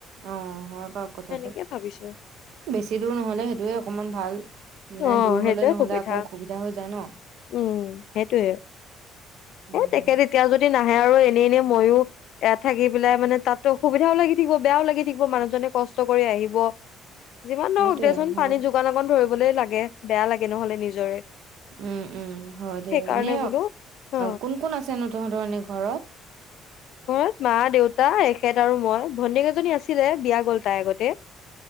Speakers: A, on the right; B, on the left.
A: অ হয় বাৰু কথাটো।
B: সেনেকে ভাবিছো।
A: বেছি দূৰ নহলে সেইটোয়ে অকণমান ভাল। মানে
B: অ',
A: দূৰ
B: সেইটোয়ে
A: হলে নহলে
B: সুবিধা
A: আকৌ অসুবিধা দিকদাৰ হৈ যাই ন।
B: উম, সেইটোয়ে
A: উম
B: এ তেখেত
A: উম
B: এতিয়া যদি নাহে আৰু এনেই, এনে মইও এ থাকি পেলাই মানে তাতো অসুবিধাও লাগি থাকিব, বেয়াও মানুহজনে কষ্ট কৰি আহিব। যিমান
A: সেইটোয়ে
B: ধৰক দেচোন,
A: হয়
B: পানী যোগান অকন ধৰিবলে লাগে বেয়া লাগে নহলে নিজৰে।
A: উম, উম, হয় দে।
B: সেইকাৰণে
A: এনে
B: বোলো অ
A: কোন- কোন আছেনো তহঁতৰ এনে ঘৰত?
B: ঘৰত মা, দেউতা, এখেত আৰু মই। ভণ্টি এজনী আছিলে বিয়া গ'ল তাই আগতে।